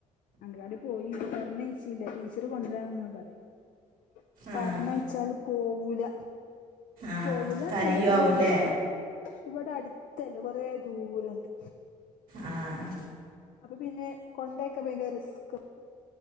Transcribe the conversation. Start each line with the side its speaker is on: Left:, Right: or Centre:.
Left: അങ്കാടി പോയി പറഞ്ഞേച്ചില്ലേ ടീച്ചറ് കൊണ്ടുവരാന്ന് പറയും പറഞ്ഞയച്ചാലു
Right: ആഹ്
Left: പോവൂല്ല
Right: ആഹ്
Left: പോവൂല്ലാന്നല്ല
Right: കരയുവാവൂല്ലേ
Left: പിന്നെ ഇവിടെ ഇവിടെ അടുത്തല്ലേ കൊറേ ദൂരണ്ട്
Right: ആഹ്
Left: അപ്പം പിന്നെ കൊണ്ടേക്കെ ഭയങ്കര റിസ്ക്